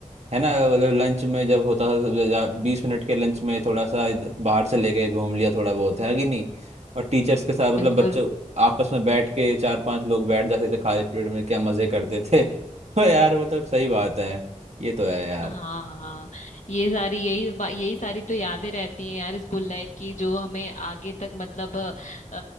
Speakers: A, on the right (about 60°); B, on the left (about 70°).
A: है ना मतलब लंच में जब होता था बीस मिनट के लंच में थोड़ा सा इध- बाहर चले गए घूम लिया थोड़ा बहुत है ना कि नहीं और टीचर्स के साथ मतलब
B: बिल्कुल
A: बच्चों आपस में बैठ के चार पांच लोग बैठ जाते थे खाली पीरियड में क्या मजे करते थे <laughs> यार मतलब सही बात है ये तो है यार
B: हाँ ये सारी यही बा- यही सारी तो यादें रहती हैं यार स्कूल लाइफ की जो हमें आगे तक मतलब अ,